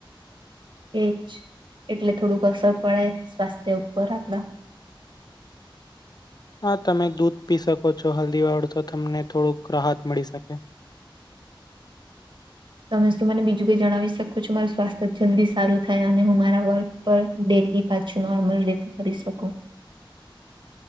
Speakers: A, on the right; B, on the left.
A: એજ એટલે થોડુંક અસર પડે સ્વાસ્થ્ય ઉપર આપણા
B: હા તમે દૂધ પી શકો છો હલ્દી વાળુ તો તમને થોડુંક રાહત મળી શકે
A: તમે શું મને બીજું કઈ જણાવી શકો છો મારું સ્વાસ્થ્ય જલ્દી સારું થાય અને હું મારા વર્ક પર ડે લી પાછું નોર્મલ રીતે કરી શકો